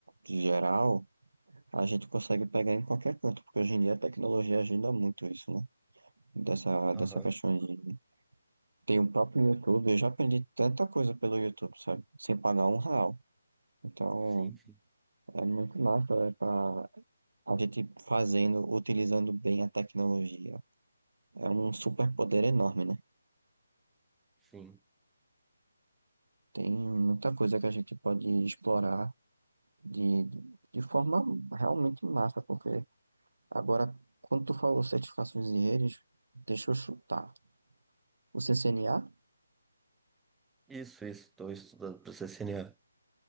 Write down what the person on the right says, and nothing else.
geral, a gente consegue pegar em qualquer canto, porque hoje em dia a tecnologia ajuda muito isso, né? Dessa, dessa
questão de... Tem o próprio YouTube, eu já aprendi tanta coisa pelo YouTube, sabe? Sem pagar um real. Então,
é muito massa, é pra a gente fazendo, utilizando bem a tecnologia. É um superpoder enorme, né?
Tem muita coisa que a gente pode explorar de, de forma realmente massa, porque agora, quando tu falou certificações e redes, deixa eu chutar. O CCNA?